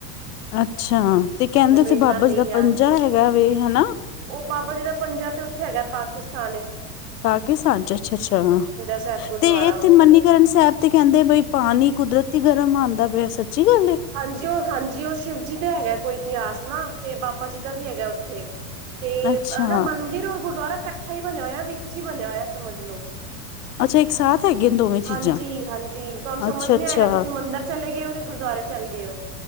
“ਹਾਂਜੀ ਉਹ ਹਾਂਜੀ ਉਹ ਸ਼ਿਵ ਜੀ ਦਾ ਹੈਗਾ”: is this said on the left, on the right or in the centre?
Right